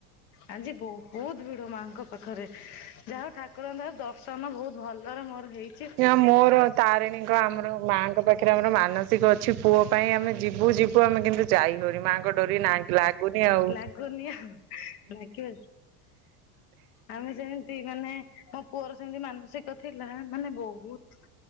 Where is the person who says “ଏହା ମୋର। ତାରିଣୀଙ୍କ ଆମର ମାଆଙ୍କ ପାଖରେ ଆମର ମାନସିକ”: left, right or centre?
Right